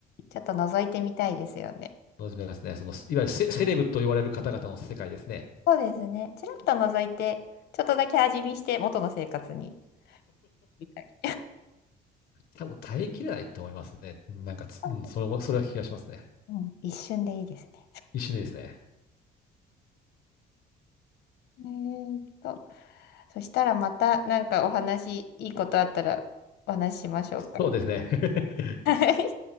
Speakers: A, on the left (about 75°); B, on the left (about 60°).
A: ちょっと覗いてみたいですよね。
B: そうですね、その、いわゆるセ、セレブと言われる方々の世界ですね。
A: そうですね。ちらっと覗いて、ちょっとだけ味見して、元の生活に。みたい。
B: 多分耐えきれないと思いますね。なんかつ、
A: そうです。
B: うん、それも、それは気がしますね。
A: うん、一瞬でいいですね。
B: 一緒ですね。
A: えーっと。そしたらまたなんかお話、いいことあったらお話ししましょうか。
B: そうですね。<laughs>
A: はい